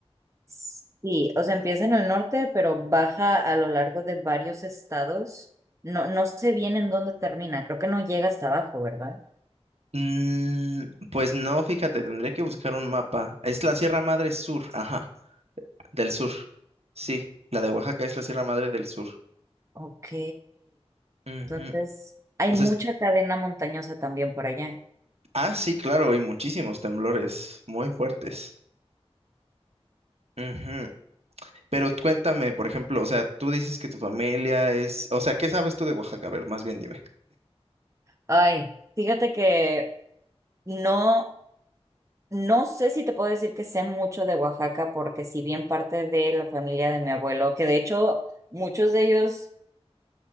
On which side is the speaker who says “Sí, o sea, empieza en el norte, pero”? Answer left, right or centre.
Right